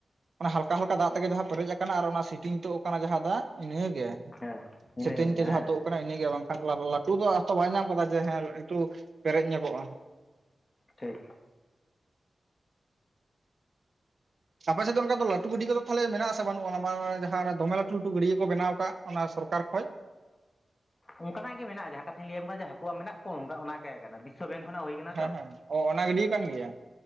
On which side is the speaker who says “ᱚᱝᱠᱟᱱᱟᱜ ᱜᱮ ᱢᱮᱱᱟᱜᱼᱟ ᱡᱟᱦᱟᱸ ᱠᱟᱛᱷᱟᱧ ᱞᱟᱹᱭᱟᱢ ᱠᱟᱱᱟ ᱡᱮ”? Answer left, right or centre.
Left